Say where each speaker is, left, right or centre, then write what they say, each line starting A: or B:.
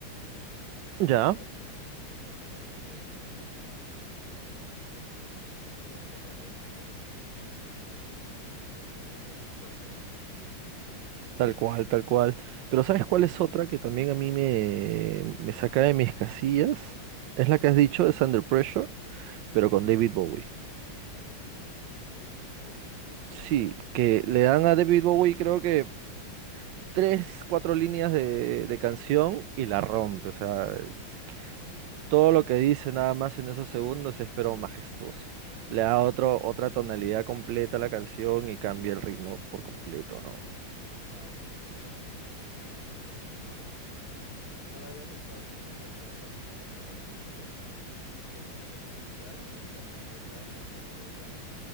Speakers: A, on the right; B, on the left.
A: Ya,
B: Sí, la- sí, esa me parece muy, muy, muy, muy como exótica para la época y que rompió muchísimos clichés. Parece canción de historia, va, por así decirlo.
A: tal cual, tal cual. Pero ¿sabes cuál es otra que también a mí me, me saca de mis casillas? Es
B: A
A: la que
B: ver.
A: has dicho, es Under Pressure, pero con David Bowie.
B: Con David Bowie,
A: Sí, que le dan a David Bowie creo que tres, cuatro líneas de, de canción y la rompe. O sea, es- todo lo que dice nada más en esos segundos es pero majestuoso. Le da otro, otra tonalidad completa a la canción y cambia el ritmo por completo, ¿no?
B: va, tendría que prestarle un poquito más atención porque no, no le había prestado atención, la verdad. Yo la canción sí me la disfruto, pero esos pequeños detalles, pues gracias por el dato, así que voy a,